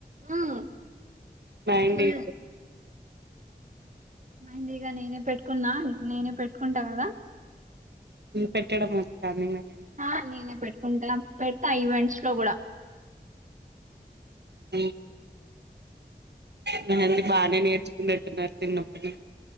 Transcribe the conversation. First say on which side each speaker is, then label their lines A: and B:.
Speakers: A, on the right; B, on the right.
A: హ్మ్
B: మ్యాండేట్
A: ఫుల్ మెహందిగ నేనే పెట్టుకున్నా నేనే పెట్టుకుంట కదా
B: మ్ పెట్టడం వచ్చా అండి మిక్
A: ఆ నేనే పెట్టుకుంట పెడతా ఈవెంట్స్లో కూడ
B: మ్ మీరన్నీ బానే నేర్చుకున్నట్టున్నరు చిన్నప్పటి నుంచి